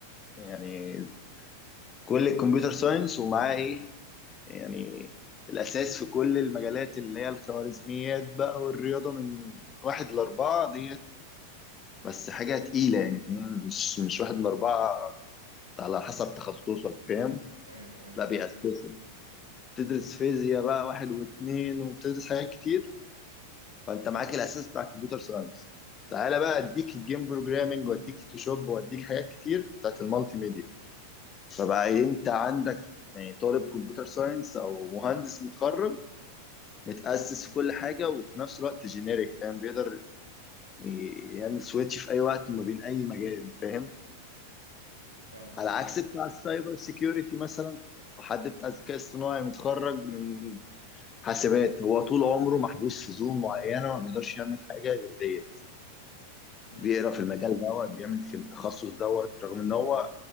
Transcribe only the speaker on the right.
ايوه ايوه
فاهمك
يعني
امم